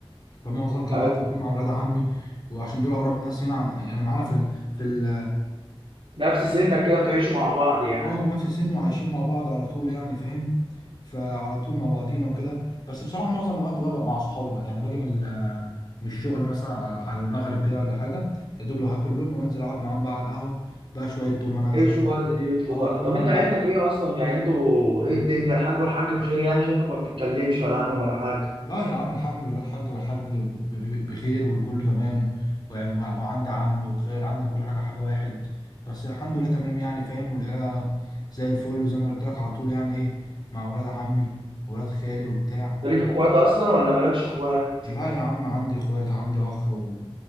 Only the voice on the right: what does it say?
أيوة.
نفس سنك كده بتعيشوا مع بعض يعني
عيشوا
بقى دنيتكم
بقى
طب انت عيلتك
ايه اصلا يعني انتوا ايه الدنيا الحاج والحاج بخير يعني شايفك ما بتتكلمش ولا عنهم ولا حاجه
انت ليك اخوات اصلا ولا مالكش اخوات